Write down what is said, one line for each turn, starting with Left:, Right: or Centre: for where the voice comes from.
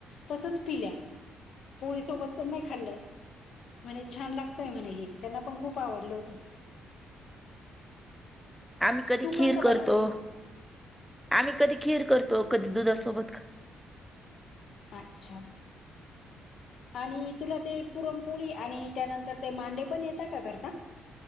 Left: तसंच पिल्या. पोळी सोबत पण नाही खाल्लं, म्हणे लागतंय म्हणे हे, त्यांना पण खूप आवडलं होतं.
Centre: आम्ही कधी
Left: तू
Centre: खीर
Left: कसं
Centre: करतो,
Left: बनवती
Centre: आम्ही कधी खीर करतो, कधी दुधासोबत खा
Left: अच्छा. आणि तुला ते पुरणपोळी आणि त्यानंतर ते मांडे पण येता का करता?